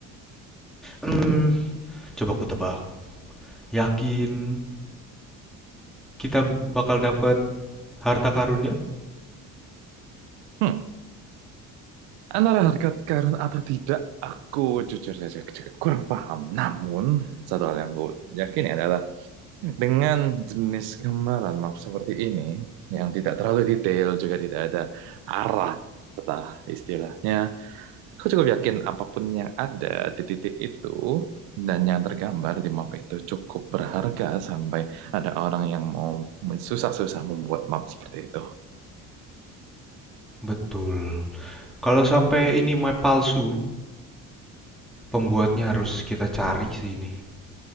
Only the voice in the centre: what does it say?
hmm, coba aku tebak. Yakin kita bakal dapat harta karunnya?
Betul. Kalau sampai ini map palsu, pembuatnya harus kita cari sih ini.